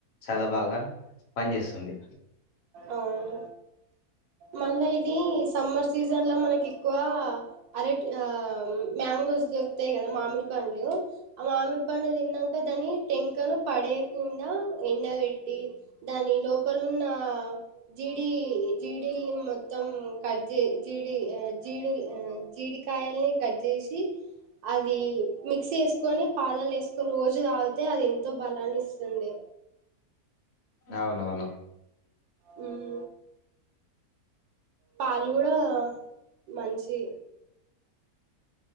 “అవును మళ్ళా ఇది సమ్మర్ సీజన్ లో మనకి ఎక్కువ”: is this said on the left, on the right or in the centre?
Right